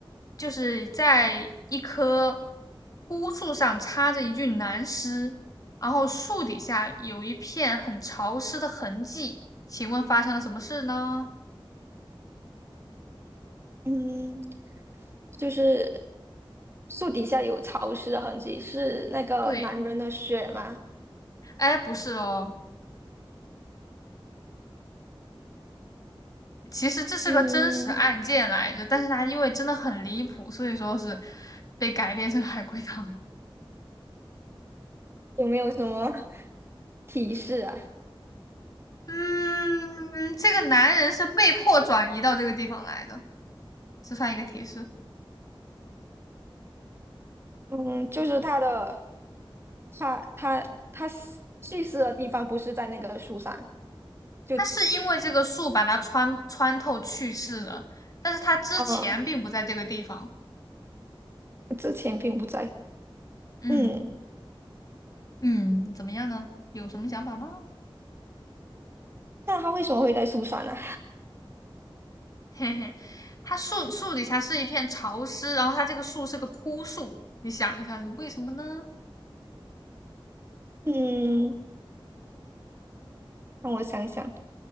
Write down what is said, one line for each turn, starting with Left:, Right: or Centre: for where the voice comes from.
Left: 就是在一棵枯树上插着一具男尸，然后树底下有一片很潮湿的痕迹。请问发生了什么事呢？
Right: 嗯，就是树底下有潮湿的痕迹，是那个男人的血吗？
Left: 对，哎，不是哦，其实这是个真实案件来着，
Right: 嗯，
Left: 但是它因为真的很离谱，所以说是被改编成海龟汤。
Right: 有没有什么 <laughs> 提示啊？
Left: 嗯，这个男人是被迫转移到这个地方来的，这算一个提示。
Right: 嗯，就是他的，他他他死去世的地方不是在那个树上，就
Left: 他是因为这个树把他穿穿透去世的，但是他之前并不在这个地方。
Right: 呃之前并不在。
Left: 嗯
Right: 嗯。
Left: 嗯，怎么样呢？有什么想法吗？
Right: 那他为什么会在树上呢、
Left: 嘿嘿，他树树底下是一片潮湿，然后他这个树是个枯树，你想一下是为什么呢？
Right: 嗯，让我想想，